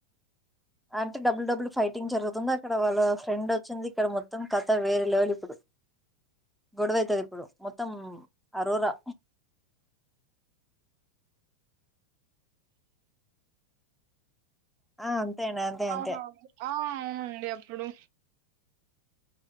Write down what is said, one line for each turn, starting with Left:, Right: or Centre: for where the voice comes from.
Centre: అంటే డబుల్ డబుల్ ఫైటింగ్ జరుగుతుందా అక్కడ వాళ్ళ ఫ్రెండ్ వచ్చింది ఇక్కడ మొత్తం కథ వేరే లెవెల్ ఇప్పుడు గొడవ అయితది ఇప్పుడు మొత్తం అరోరా ఆ అంతేండి అంతే
Right: అవునా
Centre: అంతే
Right: ఆ అవునండి అప్పుడు